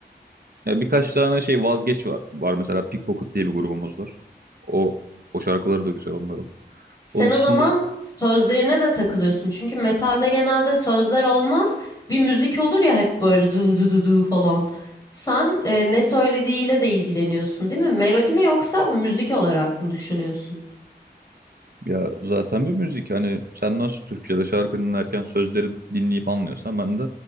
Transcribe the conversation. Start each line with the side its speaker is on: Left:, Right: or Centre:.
Right: Ya birkaç tane şey vazgeç var. Var mesela Pickpocket diye bir grubumuz var. O o şarkıları da güzel onların.
Left: Sen
Right: Onun
Left: o
Right: dışında
Left: zaman sözlerine de takılıyorsun. Çünkü metalde genelde sözler olmaz. Bir müzik olur ya hep böyle du du du du falan. Sen e, ne söylediğiyle de ilgileniyorsun, değil mi? Melodi mi yoksa müzik olarak mı düşünüyorsun?
Right: Ya zaten bir müzik hani sen nasıl Türkçe'de şarkı dinlerken sözleri dinleyip anlıyorsan ben de